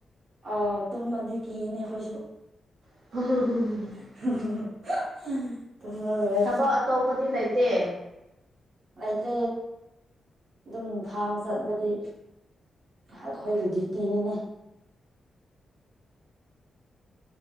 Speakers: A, on the right; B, on the right.
A: ꯑꯥꯎ ꯇꯨꯝꯃꯗꯤ ꯀꯤꯅꯦ ꯑꯩꯈꯣꯏꯁꯨ
B: <unintelligible>
A: <unintelligible> ꯇꯨꯝꯂꯂꯣꯏ
B: ꯊꯕꯛ ꯑꯇꯣꯞꯄꯗꯤ ꯂꯩꯇꯦ
A: ꯂꯩꯇ꯭ꯔꯦ ꯑꯗꯨꯝ ꯐꯥꯝ ꯆꯠꯄꯗꯤ ꯑꯈꯣꯏꯒꯤ ꯗ꯭ꯌꯨꯇꯤꯅꯤꯅꯦ